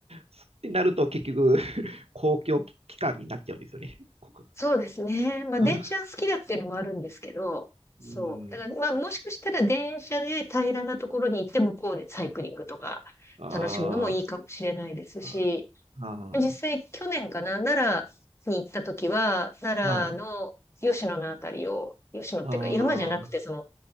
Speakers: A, on the right; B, on the left.
A: そうってなると結局、<laughs> 公共機関になっちゃうんですよね。ここ
B: そうですね。まあ、
A: うん。
B: 電車好きだっていうのもあるんですけど、そう。
A: うん。
B: だから、まあ、もしかしたら電車で平らなところに行って向こうでサイクリングとか楽しむのもいいかもしれないですし、
A: あーあー、あ
B: 実際去年かな、奈良に行った時は、奈良の吉野のあたりを、
A: ーあー、
B: 吉野っていうか山じゃなくて、
A: あー
B: その、